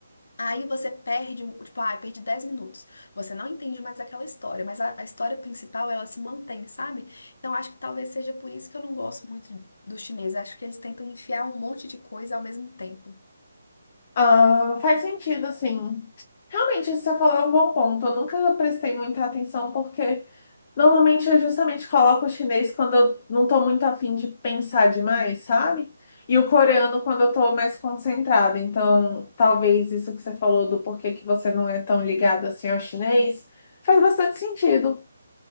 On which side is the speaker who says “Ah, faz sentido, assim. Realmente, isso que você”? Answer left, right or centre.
Left